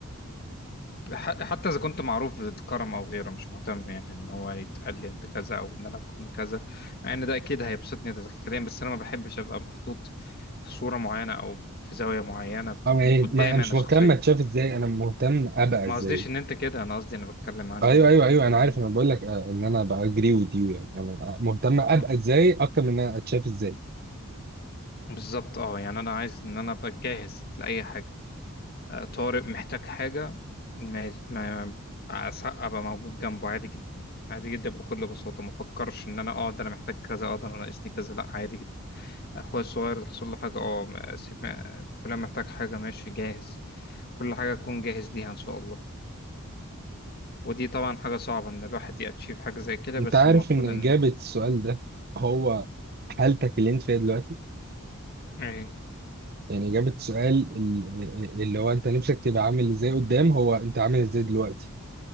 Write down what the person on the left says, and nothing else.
ح- حتى اذا كنت معروف بكرم او غيره مش مهتم يعني ان هو يتقال لي انت كذا او ان انا اكون كذا مع ان ده اكيد هيبسطني داخليا بس انا ما بحبش ابقى محطوط في صوره معينه او في زاويه معينه
قدامي
انا
شخصيا
ما
قصديش ان انت كده انا قصدي انا بتكلم عندي
انا
عن
آه.
بالظبط اه يعني انا عايز ان انا ابقى جاهز لاي حاجه طارق محتاج حاجة ما ما أس- أبقى موجود جنبه عادي جدا عادي جدا بكل بساطة ما فكرش إن أنا أه ده أنا محتاج كذا أه ده أنا ناقصني كذا لأ عادي جدا أخويا الصغير تحصل له حاجة أه ما- سيف- فلان محتاج حاجة ماشي جاهز كل حاجة أكون جاهز ليها إن شاء الله ودي طبعا حاجة صعبة إن الواحد يأتشيف حاجة زي كده
بس
المفروض
إن
إيه